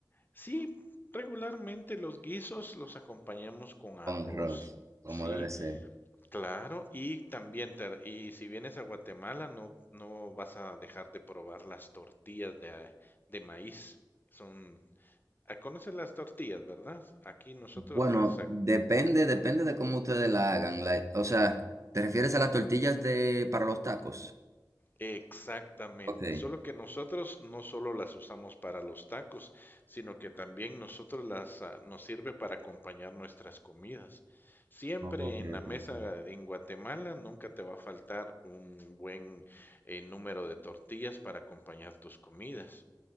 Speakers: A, on the left; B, on the right.
A: sí, regularmente los guisos los acompañamos con arroz,
B: Con arroz, como
A: sí,
B: debe ser.
A: Claro, y también, te- y si vienes a Guatemala, no, no vas a dejar de probar las tortillas de, de maíz. Son, ah, conoces las tortillas, ¿verdad? Aquí nosotros
B: Bueno,
A: las,
B: depende, depende de cómo ustedes la hagan. la- o sea, ¿te refieres a las tortillas de para los tacos?
A: Exactamente,
B: Ok.
A: solo que nosotros no solo las usamos para los tacos, sino que también nosotros las ah, nos sirve para acompañar nuestras comidas. Siempre
B: Oh, ok,
A: en la
B: ok,
A: mesa
B: ok.
A: en Guatemala nunca te va a faltar un buen eh, número de tortillas para acompañar tus comidas.